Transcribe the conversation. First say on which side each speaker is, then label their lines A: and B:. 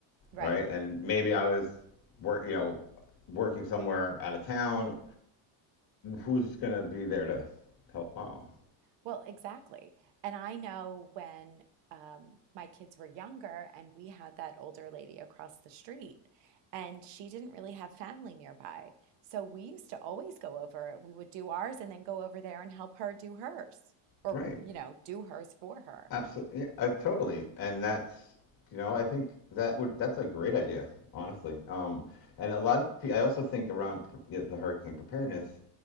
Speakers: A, on the right; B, on the left.
A: Right.
B: All right. And maybe I was work, you know, working somewhere out of town. Who's going to be there to help mom?
A: Well, exactly. And I know when um, my kids were younger and we had that older lady across the street, and she didn't really have family nearby. So we used to always go over, we would do ours and then go over there and help her do hers or,
B: Right.
A: you know, do hers for her.
B: Absolutely. Yeah, uh, totally. And that's, you know, I think that would, that's a great idea, honestly. Um, and a lot of, pe- I also think around you know, the hurricane preparedness,